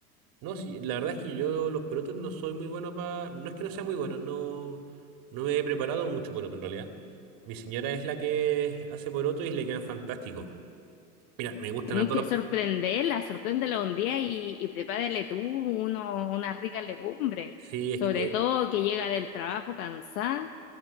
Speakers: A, on the right (about 50°); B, on the left (about 70°).
A: No, sí, la verdad es que yo los porotos no soy muy bueno para. No es que no sea muy bueno, no, no me he preparado mucho poroto en realidad. Mi señora es la que hace poroto y le quedan fantásticos. Mira, me gustan
B: Tenéis
A: a todos
B: que sorprenderla,
A: los.
B: sorpréndela un día y, y prepárale tú uno, una rica legumbre.
A: Sí,
B: Sobre
A: es que, eh,
B: todo que llega del trabajo cansada,